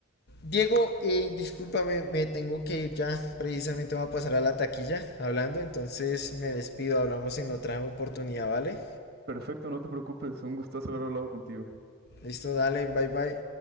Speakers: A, on the left; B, on the right.
A: Diego, eh, discúlpame, me tengo que ir ya. Precisamente voy a pasar a la taquilla hablando, entonces me despido. Hablamos en otra oportunidad, ¿vale?
B: Perfecto, no te preocupes, un gustazo haber hablado contigo.
A: Listo, dale, bye bye.